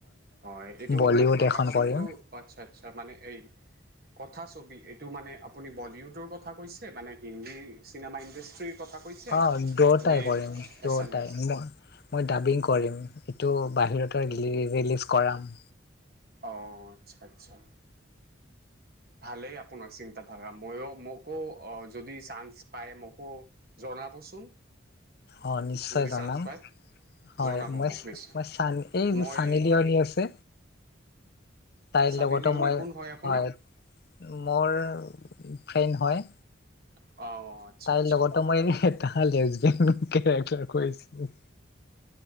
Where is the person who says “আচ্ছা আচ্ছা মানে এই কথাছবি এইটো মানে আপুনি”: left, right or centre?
Right